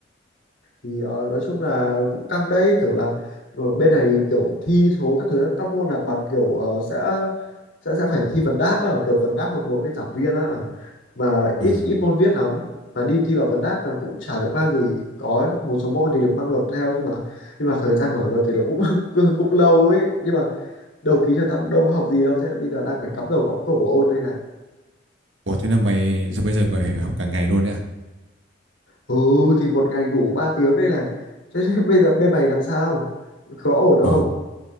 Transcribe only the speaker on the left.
thì ờ, nói chung là cũng căng đấy kiểu là ờ, bên này kiểu thi thố các thứ các môn là toàn kiểu ờ, sẽ sẽ sẽ phải thi vấn đáp á, kiểu vấn đáp một một bên giảng viên á mà ít
ít môn viết lắm mà đi thi vào vấn đáp là cũng chả được mang gì có một số môn thì được mang luật theo nhưng mà nhưng mà thời gian mở luật thì nó cũng <laughs> cũng, cũng lâu ấy nhưng mà đầu ký giờ tao đâu có học gì đâu thế bây giờ đang phải cắm đầu cắm cổ ôn đây này
ừ thì một ngày ngủ 3 tiếng đây này thế, <laughs> thế bây giờ bên mày làm sao có ổn không